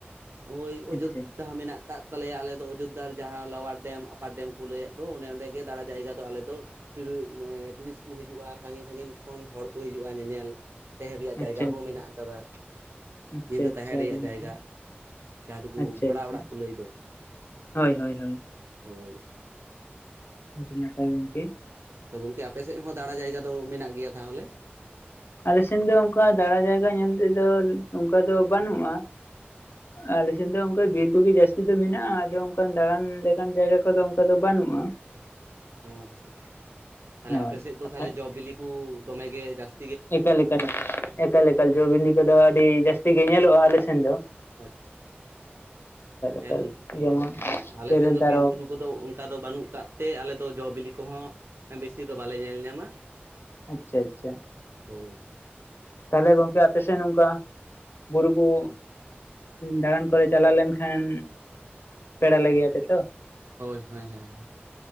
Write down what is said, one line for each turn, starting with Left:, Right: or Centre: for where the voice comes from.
Right: ᱳᱭ ᱚᱡᱳᱫᱽᱫᱷᱟ
Left: ᱟᱪᱪᱷᱟ
Right: ᱢᱮᱱᱟᱜ ᱟᱠᱟᱫ ᱛᱟᱞᱮᱭᱟ ᱟᱞᱮ ᱫᱚ ᱚᱡᱳᱫᱽᱫᱷᱟ ᱡᱟᱦᱟᱸ ᱞᱚᱣᱟᱨ ᱰᱮᱢ ᱟᱯᱟᱨ ᱰᱮᱢ ᱠᱚ ᱞᱟᱹᱭᱮᱫ ᱫᱚ ᱚᱱᱮ ᱚᱸᱰᱮ ᱜᱮ ᱫᱟᱬᱟᱱ ᱡᱟᱭᱜᱟ ᱫᱚ ᱟᱞᱮ ᱫᱚᱼᱼ ᱴᱩᱭᱩᱨᱤ ᱩᱸ ᱴᱩᱨᱤᱥᱴ ᱠᱚ ᱦᱤᱡᱩᱜᱼᱟ, ᱥᱟᱺᱜᱤᱧ ᱥᱟᱺᱜᱤᱧ ᱠᱷᱚᱱ ᱦᱚᱲ ᱠᱚ ᱦᱤᱡᱩᱜᱼᱟ ᱧᱮᱧᱮᱞ। ᱛᱟᱦᱮᱸᱱ ᱨᱮᱭᱟᱜ
Left: ᱟᱪᱪᱷᱟ
Right: ᱡᱟᱭᱜᱟ
Left: ᱟᱪᱪᱷᱟ
Right: ᱦᱚᱸ ᱢᱮᱱᱟᱜ ᱟᱠᱟᱫᱟ,
Left: ᱟᱪᱪᱷᱟ
Right: ᱧᱤᱫᱟᱹ
Left: ᱟᱪᱪᱷᱟ
Right: ᱛᱟᱦᱮᱸᱱ ᱨᱮᱭᱟᱜ
Left: ᱟᱹᱰᱤ ᱱᱟᱯᱟᱭ
Right: ᱡᱟᱭᱜᱟ। ᱡᱟᱦᱟᱸ ᱫᱚᱠᱳ
Left: ᱟᱪᱪᱷᱟ
Right: ᱵᱷᱟᱲᱟ
Left: ᱟᱪᱪᱷᱟ
Right: ᱚᱲᱟᱜ ᱠᱚ ᱞᱟᱹᱭ ᱫᱚ,
Left: ᱦᱳᱭ ᱦᱳᱭ ᱦᱳᱭ
Right: ᱦᱳᱭ।
Left: ᱟᱹᱰᱤ ᱱᱟᱯᱟᱭ ᱜᱚᱢᱠᱮ।
Right: ᱛᱚ ᱜᱚᱝᱠᱮ ᱟᱯᱮ ᱥᱮᱫ ᱦᱚᱸ ᱫᱟᱬᱟ ᱡᱟᱭᱜᱟ ᱫᱚ ᱢᱮᱱᱟᱜ ᱜᱮᱭᱟ ᱛᱟᱦᱚᱞᱮ?
Left: ᱟᱞᱮ ᱥᱮᱱ ᱫᱚ ᱚᱱᱠᱟ ᱫᱟᱬᱟ ᱡᱟᱭᱜᱟ ᱧᱮᱞ ᱛᱮᱫᱚ, ᱚᱱᱠᱟ ᱫᱚ ᱵᱟᱹᱱᱩᱜᱼᱟ। ᱟᱞᱮᱥᱮᱱ ᱫᱚ ᱚᱱᱠᱟ ᱵᱤᱨ ᱠᱚᱜᱮ ᱡᱟᱹᱥᱛᱤ ᱫᱚ ᱢᱮᱱᱟᱜᱼᱟ, ᱟᱫᱚ ᱚᱱᱠᱟ ᱫᱟᱬᱟᱱ ᱞᱮᱠᱟᱱ ᱡᱟᱭᱜᱟ ᱠᱚᱫᱚ ᱚᱱᱠᱟ ᱫᱚ ᱵᱟᱹᱱᱩᱜᱼᱟ। <inaudible>
Right: ᱚ ᱟᱪᱪᱷᱟ ᱟᱪᱪᱷᱟ, ᱛᱟᱦᱚᱞᱮ
Left: ᱦᱳᱭ
Right: ᱟᱯᱮ ᱥᱮᱫ ᱫᱚ ᱛᱟᱦᱚᱞᱮ
Left: ᱟ-
Right: ᱡᱚ ᱵᱤᱞᱤ ᱠᱚ ᱫᱚᱢᱮ ᱜᱮ ᱡᱟᱹᱥ।
Left: ᱮᱠᱟᱞ ᱮᱠᱟᱞ, ᱮᱠᱟᱞ ᱮᱠᱟᱞ ᱡᱚ ᱵᱤᱞᱤ ᱠᱚᱫᱚ ᱟᱹᱰᱤ ᱡᱟᱹᱥᱛᱤ ᱜᱮ ᱧᱮᱞᱚᱜᱼᱟ ᱟᱞᱮ ᱥᱮᱱ ᱫᱚ ᱾
Right: ᱟᱪᱪᱷᱟ, ᱦᱮᱸ
Left: ᱮᱠᱟᱞ
Right: ᱜᱚᱝᱠᱮ
Left: ᱡᱮᱢᱚᱱ
Right: ᱚ <inaudible> ᱟᱞᱮ
Left: ᱛᱮᱨᱮᱞ
Right: ᱥᱮᱱ ᱫᱚ
Left: ᱛᱟᱨᱚᱵ
Right: ᱵᱤᱨ ᱵᱩᱨᱩ ᱠᱚᱫᱚ ᱚᱱᱠᱟ ᱫᱚ ᱵᱟᱹᱱᱩᱜ ᱠᱟᱫ ᱛᱮ ᱟᱞᱮ ᱫᱚ ᱡᱚ ᱵᱤᱞᱤ ᱠᱚᱦᱚᱸ ᱵᱮᱥᱤ ᱫᱚ ᱵᱟᱞᱮ ᱧᱮᱞ ᱧᱟᱢᱟ
Left: ᱟᱪᱪᱷᱟ ᱟᱪᱪᱷᱟ ᱾
Right: ᱦᱳᱭ ᱦᱳᱭ ᱾
Left: ᱛᱟᱦᱚᱞᱮ ᱜᱚᱝᱠᱮ ᱟᱯᱮ ᱥᱮᱱ ᱚᱝᱠᱟ ᱵᱩᱨᱩ ᱠᱚ ᱫᱟᱬᱟᱱ ᱠᱚᱨᱮ ᱪᱟᱞᱟᱣ ᱞᱮᱱᱠᱷᱟᱱ ᱯᱮᱲᱟ ᱞᱮ ᱜᱮᱭᱟᱯᱮ ᱛᱚ?
Right: ᱦᱳᱭ ᱦᱳᱭ ᱦᱮᱸ ᱦᱮᱸ᱾